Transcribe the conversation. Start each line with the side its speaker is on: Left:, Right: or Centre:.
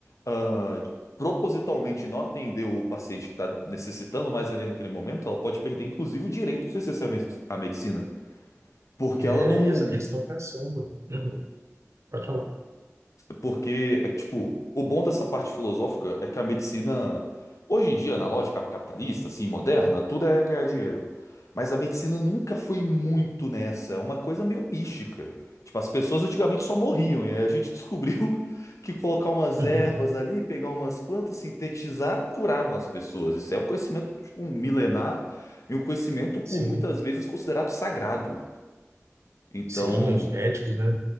Left: ah, propositalmente não atendeu o paciente que está necessitando mais ali naquele momento, ela pode perder, inclusive, o direito de acessar a me- a medicina. Porque
Right: É,
Left: ela não.
Right: exa- eles estão caçando. Uhum, Pode falar.
Left: Porque, é que, tipo, o bom dessa parte filosófica é que a medicina, hoje em dia, na lógica capitalista, assim, moderna, tudo é ganhar dinheiro. Mas a medicina nunca foi muito nessa, é uma coisa meio mística. Tipo, as pessoas antigamente só morriam, e aí a gente descobriu <laughs> que colocar umas
Right: <laughs>
Left: ervas ali, pegar umas plantas, sintetizar, curavam as pessoas. Isso é um conhecimento, tipo, um milenar e um conhecimento, por
Right: Sim,
Left: muitas vezes, considerado sagrado. Então,
Right: sim, os médicos, né,